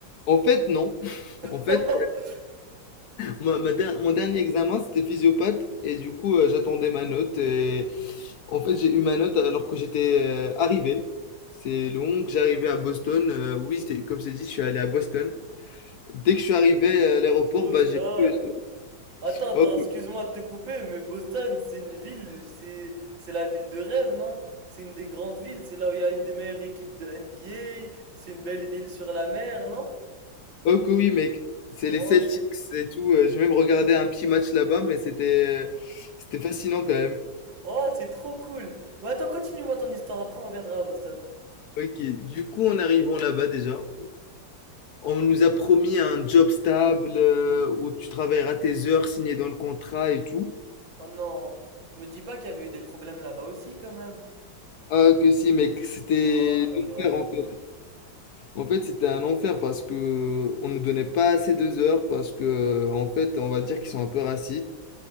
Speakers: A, on the left; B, on the right.
A: en fait, non. <laughs>
B: <laughs>
A: En fait, ma- ma der- mon dernier examen, c'était physiopathe, et du coup, euh, j'attendais ma note, et en fait, j'ai eu ma note alors que j'étais euh, arrivé. C'est long que j'arrivais à Boston. euh, oui, c'était- comme c'est dit, je suis allé à Boston. Dès que je suis arrivé à l'aéroport,
B: Boston!
A: bah, j'ai vu. euh,
B: Attends,
A: Oh,
B: attends, excuse-moi de te couper, mais Boston, c'est une ville, c'est c'est la ville de rêve, non? C'est une des grandes villes, c'est là où il y a une des meilleures équipes de NBA, c'est une belle ville sur la mer, non?
A: oh que oui, mec, c'est
B: Oh,
A: les Celtics et tout. euh, J'ai même regardé un petit match là-bas, mais c'était euh, c'était fascinant quand même.
B: oh, c'est trop cool! Bah attends, continue-moi ton histoire, après on reviendra à Boston.
A: Ok, du coup, en arrivant là-bas déjà, on nous a promis un job stable euh, où tu travailleras tes heures signées dans le contrat et tout.
B: Oh non, me dis pas qu'il y avait eu des problèmes là-bas aussi quand même.
A: Ah que si, mec, c'était
B: Oh là là
A: l'enfer
B: là
A: en fait.
B: là.
A: En fait, c'était un enfer parce que on nous donnait pas assez de heures parce que en fait, on va dire qu'ils sont un peu racistes.